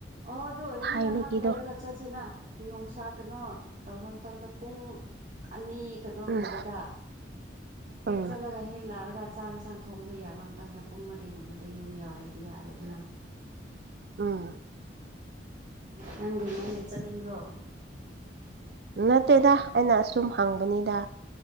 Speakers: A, on the right; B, on the right.
A: ꯑꯣ ꯑꯗꯨ ꯑꯣꯏꯔ
B: ꯊꯥꯏꯅꯒꯤꯗꯣ
A: ꯂꯤ ꯍꯥꯥꯛꯂ ꯏꯔꯒ ꯆꯠꯁꯤꯅ ꯅꯨꯡꯁꯥ ꯀꯩꯅꯣ ꯇꯧꯧꯕ ꯃꯇꯝꯗ ꯄꯨꯡ ꯑꯅꯤ ꯀꯩꯅꯣꯒꯨꯝꯕꯗ
B: ꯎꯝ
A: ꯍꯦꯛ
B: ꯎꯝ
A: ꯆꯠꯂꯒ ꯍꯦꯛ ꯂꯥꯛꯑꯒ ꯆꯥꯛ ꯌꯦꯟꯁꯥꯡ ꯊꯣꯡꯕ ꯌꯥꯕ ꯃꯇꯝꯗ ꯄꯨꯡ ꯃꯔꯤꯒꯨꯝꯕꯗ ꯌꯨꯝ ꯌꯥꯎꯔꯗꯤ ꯌꯥꯔꯦ ꯑꯗꯨꯅ
B: ꯑ
A: ꯅꯪꯗꯤ ꯅꯩꯅ ꯆꯠꯅꯤꯡꯕ꯭ꯔꯣ
B: ꯅꯠꯇꯦꯗ ꯑꯩꯅ ꯑꯁꯨꯝ ꯍꯪꯕꯅꯤꯗ